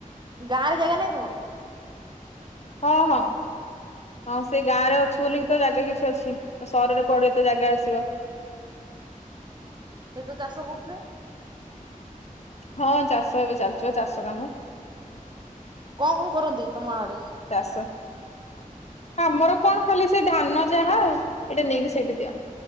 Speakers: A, on the right; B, on the left.
A: ଗାଁରେ ଜାଗା ନାଇଁ ତମର?
B: ହଁ ହଁ। ହଁ ସେ ଗାଁ ରେ ଅଛି ବୋଲି ତ ଜାଗା କିଛି ଅଛି ସହରରେ କୁଆଡୁ ଏତେ ଜାଗା ଆସିବ?
A: ସେ ତ ଚାଷ କରୁଥିବେ?
B: ହଁ ଚାଷ ଏବେ ଚାଲିଚ ଚାଷ କାମ।
A: କଣ କଣ କରନ୍ତି ତମ ଆଡେ?
B: ଚାଷ। ଆମର କଣ ଖାଲି ସେ ଧାନ ଯାହା ଆଉ ଏଇଟା ନେଇକି ସେଇଠି ଦିଅ